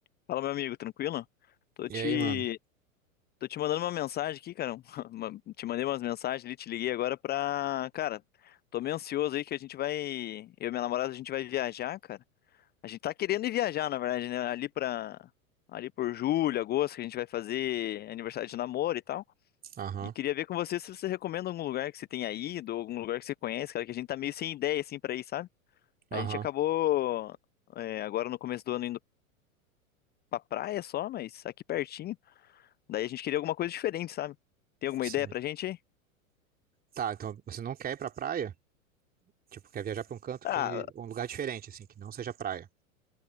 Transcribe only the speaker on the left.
Fala, meu amigo, tranquilo? Tô
te,
tô te mandando uma mensagem aqui, cara. <laughs> uma- te mandei umas mensagens ali, te liguei agora pra. Cara, tô meio ansioso aí que a gente vai. Eu e minha namorada, a gente vai viajar, cara. A gente tá querendo ir viajar, na verdade, né? Ali pra. Ali por julho, agosto, que a gente vai fazer aniversário de namoro e tal.
E queria ver com você se você recomenda algum lugar que você tenha ido, ou algum lugar que você conhece, cara, que a gente tá meio sem ideia, assim, pra ir, sabe?
A gente acabou, é, agora no começo do ano indo pra praia só, mas aqui pertinho. Daí a gente queria alguma coisa diferente, sabe? Tem alguma
ideia pra gente aí?
Ah,